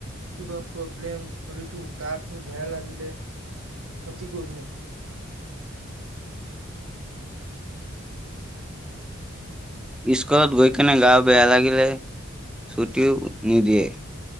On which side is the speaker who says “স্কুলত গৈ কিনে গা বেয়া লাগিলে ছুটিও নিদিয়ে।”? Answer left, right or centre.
Centre